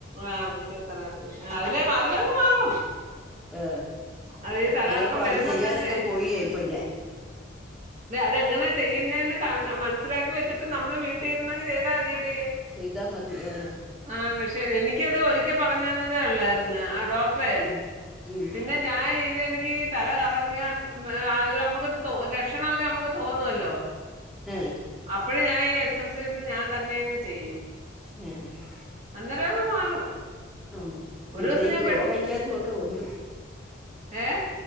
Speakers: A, on the right; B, in the centre.
A: ആഹ് ഫിസിയോതെറാപ്പി അതില് അതിലെങ്ങ് മാറും
B: വ്
A: അത് ഈ തലകറക്കം
B: അങ്ങനെ ഇപ്പൊ അത്
A: വരുമ്പം
B: ചെയ്യാനൊക്കെ
A: തന്നെ
B: പോയിയേ ഇപ്പൊ ഞാൻ
A: തെ അതെങ്ങനാ ചെയ്യുന്നേന്ന് കാണ് മനസിലാക്കി വച്ചിട്ട് നമ്മള് വീട്ടിരുന്നങ്ങ് ചെയ്താ മതിയടി
B: ചെയ്താ മതി ആഹ് -
A: ആഹ് പക്ഷെ എനിക്കത് ഒരിക്കെ പറഞ്ഞന്നതേ ഒള്ളാരുന്ന് ആ ഡോക്ടറേ
B: ഉം ഉം
A: പിന്നെ ഞാൻ ഇത് എനിക്ക് തല കറങ്ങിയ മ് ആ നമ്മക്കൊരു തോ ലക്ഷണൊക്കെ നമുക്ക് തോന്നുവല്ലോ
B: ആഹ് -
A: അപ്പോഴ് ഞാനീ എക്സർസൈസ് ഞാൻ തന്നെയങ്ങ് ചെയ്യും
B: ഏഹ് -
A: അന്നേരങ്ങ് മാറും
B: ഉം
A: ഒരു
B: പിന്നെ
A: ദിവസം
B: ഈ
A: ഞാൻ
B: യോഗക്കാത്തും ഒക്കെഒണ്ട്
A: ഏഹ്